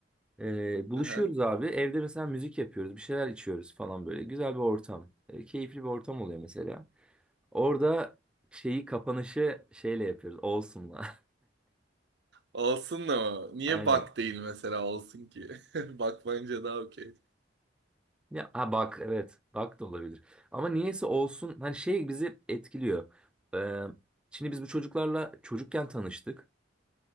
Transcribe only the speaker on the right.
Aha.
Olsun ama niye
bak değil mesela olsun ki? <laughs> Bak bence daha okey.